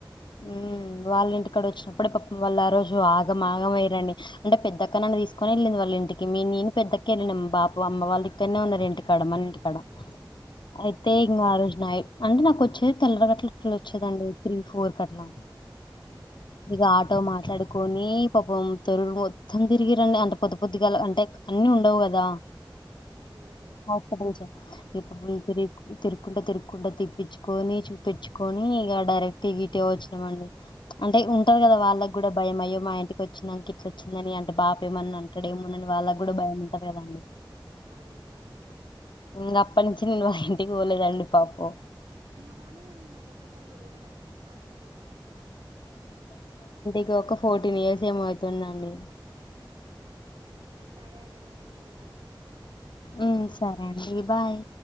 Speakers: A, on the left; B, on the right.
A: ఉమ్ వాళ్ళ ఇంటికాడ వచ్చినప్పుడే పపం వాళ్ళ ఆ రోజు ఆగ ఆగమయయిరండి అంటే పెద్దక్కనన్న తీసు కొనిళ్ళింది వాళ్ళ ఇంటికి నిను పెద్దక్క వెళ్ళినమ్ బాపూ అమ్మ వాళ్ళ ఇక్కడనే ఉన్నారు ఇంటికి కడ మనంటి
B: ఉమ్
A: కడ
B: ఉమ్
A: ఆయి తే ఇంగా ఆ రోజు నైట్ అంటే నాకు వచ్చేది తెల్లరి గట్ల ఇ వచ్చేదండి త్రీ ఫోర్ గట్లా
B: ఉమ్.
A: ఇగ ఆ తో మాట్లాడుకొని పాపం తెరువురు మొత్తం తిరిగి రండి అంత పొద్దు పొద్దిగాల అంటే అన్ని ఉండవు కదా.
B: అవునండి
A: హాస్పిటల్ సైడ ఇప్పు బ్లు తేలీదు. కుంట తిరుకుండా తిప్పించుకొని చూపించుకొని ఇగ డైరెక్ట్ వచ్చినమండి అంటే ఉంటది కదా వాళ్ళకి కూడా భయం అయ్యో మా ఇంటికి వచ్చినంక ఇట్ల వచ్చిందని అంటే బా బాపేమన్నా అంటాడేమోనని వాళ్ళకి కూడా భయం ఉంటంది కదండి
B: అవునండి అవునండి
A: ఇంగ అప్పటి నుంచి నేను వాళ్ళ ఇంటికి పోలేదండి పాపం
B: ఇంగ పోలేదా అండి మళ్ళ ఒక్కసారి కూడా ఏదనా ఫంక్షన్లకి కూడా
A: ఇ ఒక ఫోర్టీన్ ఇయర్స్ ఏమో అయితుందండి
B: అవునా అండి సరే అండి మరి నేను ఉంటాను
A: ఉ సరే అండి బాయ్